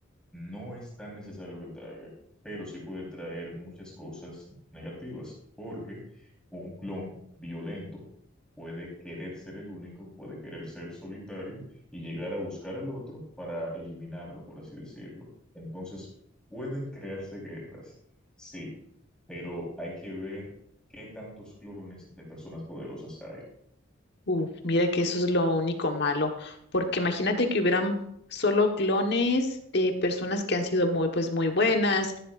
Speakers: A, in the centre; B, on the left.
A: no es tan necesario que traiga, pero sí puede traer muchas cosas negativas, porque un clon violento puede querer ser el único, puede querer ser solitario y llegar a buscar al otro para eliminarlo, por así decirlo. Entonces, pueden crearse guerras, sí, pero hay que ver qué tantos clones de personas poderosas hay.
B: Uf, mira que eso es lo único malo, porque imagínate que hubieran solo clones de personas que han sido muy, pues, muy buenas.